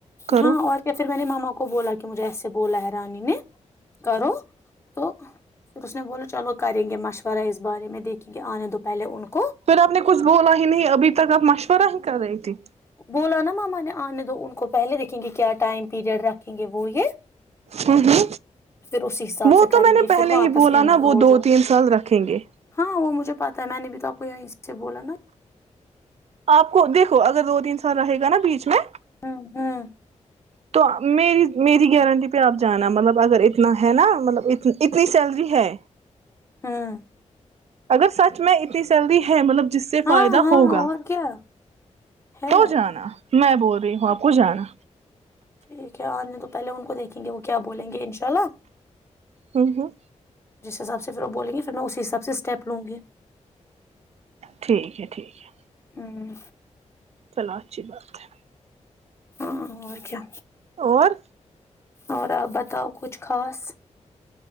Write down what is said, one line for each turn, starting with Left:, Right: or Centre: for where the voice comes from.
Right: کرو
Left: ہاں اور کیا پھر میں نے ماما کو بولا مجھے ایسے بولا ہے رانی نے کرو تو پھر اس نے بولاو چلو کریں گے مشورہ اس بارے میں دیکھیں گے آنے دو پہلے ان کو
Right: پھر آپ نے کچھ بولا ہی نہیں ابھی تک آپ مشورہ ہی کر رہی تھی
Left: بولا نا ماما نے آنے دو ان کو پہلے دیکھیں گے کیا ٹائم پیریڈ رکھیں گے وہ یہ
Right: ہ ہ
Left: پھر اسی حساب
Right: وہ
Left: سے
Right: تو
Left: کریں
Right: میں نے
Left: گے پھر
Right: پہلے
Left: واپس
Right: ہی بولا
Left: ان
Right: نا
Left: ہو
Right: وہ دو
Left: جاؤ
Right: تین سال رکھیں گے
Left: ہاں وہ مجھے پہ ہے میں نے بھی تو آپ کو یہ سے بولا نا
Right: آپ کو دیکھو اگر دو تین سے سر رہے گا نا بیچ میں
Left: ہاں ہاں
Right: تو میری میری گارنٹی پہ آپ جانا مطلب اگر اتنا ہے نا مطلب ا اتنی سیلری ہے
Left: ہاں
Right: اگر سچ میں اتنی سیلری ہے مطلب جس سے
Left: ہاں
Right: فائدہ
Left: ہاں
Right: ہوگا
Left: اور کیا ہے
Right: تو جانا میں بول رہی ہوں آپ کو جانا
Left: ٹھیک ہے آنے تو پہلے ان کو دیکھیں گے وہ کیا بولیں گے انشاء اللہ
Right: ہوں ہوں
Left: جس حساب سے پھر وہ بولیں گے میں اسی حساب سے اسٹیپ لوں گی
Right: ٹھیک ہے ٹھیک ہے
Left: ہوں
Right: چلو اچھی بات ہے
Left: ہاں اچھا
Right: اور
Left: اور آپ بتاؤ کچھ خاص